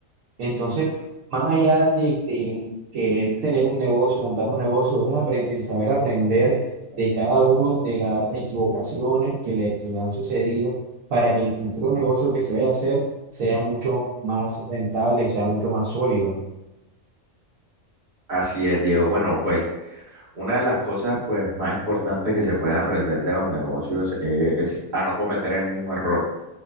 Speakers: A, on the right; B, on the right.
A: Entonces, más allá de, de querer tener un negocio, montar un negocio, es el, apre- el saber aprender de cada uno de las equivocaciones que le, que le han sucedido para que el futuro negocio que se vaya a hacer sea mucho más rentable y sea mucho más sólido.
B: Así es, Diego. Bueno, pues una de las cosas pues más importantes que se pueden aprender de los negocios es a no cometer el mismo error,